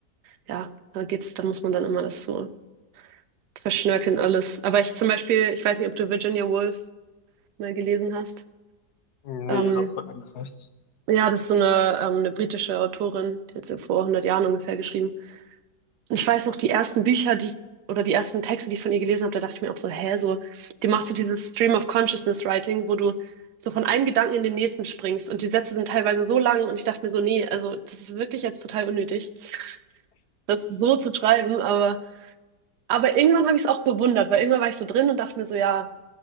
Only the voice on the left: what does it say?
Nee,
das sagt mir jetzt nichts.